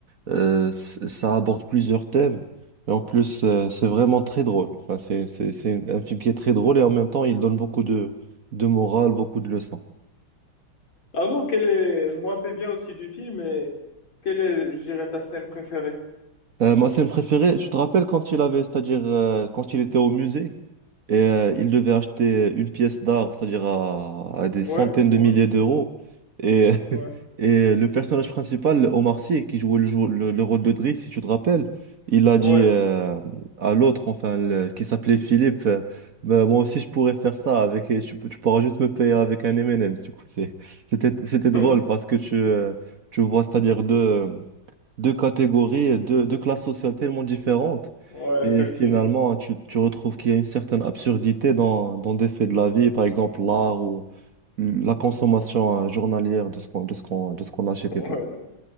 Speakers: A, on the right; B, on the left.
A: Euh, c- ça aborde plusieurs thèmes. Et en plus, euh, c'est vraiment très drôle. Enfin, c'est, c'est, c'est un film qui est très drôle et en même temps, il donne beaucoup de, de morale, beaucoup de leçons.
B: Ah non, quel est... je me rappelle bien aussi du film, mais quelle est, je dirais, ta scène préférée?
A: Euh, ma scène préférée, tu te rappelles quand il avait, c'est-à-dire euh, quand il était au musée? Et euh, il devait acheter une pièce d'art, c'est-à-dire à, à des centaines
B: Ouais, ouais,
A: de milliers d'euros. Et, <laughs>
B: ouais.
A: et le personnage principal, Omar Sy, qui jouait le, jou- le, le rôle de Drake, si tu te rappelles, il a dit
B: Ouais.
A: euh, à l'autre, enfin, le- qui s'appelait Philippe, euh, Ben, moi aussi je pourrais faire ça, avec, tu, peux- tu pourras juste me payer avec un M&M's. Du coup, c'est- c'était, c'était
B: <laughs>
A: drôle
B: Non.
A: parce que tu, euh, tu vois, c'est-à-dire deux deux catégories, deux, deux classes sociales tellement différentes.
B: Ouais,
A: Et
B: effectivement.
A: finalement, tu, tu retrouves qu'il y a une certaine absurdité dans, dans des faits de la vie, par exemple l'art ou la consommation euh, journalière de ce qu'on, de ce qu'on, de ce qu'on achète
B: Ouais,
A: et tout.